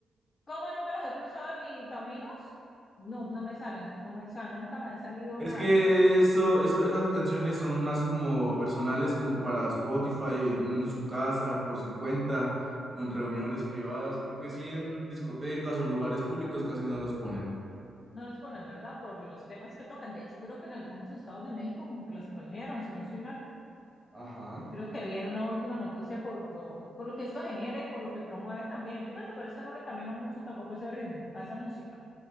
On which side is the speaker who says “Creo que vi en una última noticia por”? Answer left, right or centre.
Left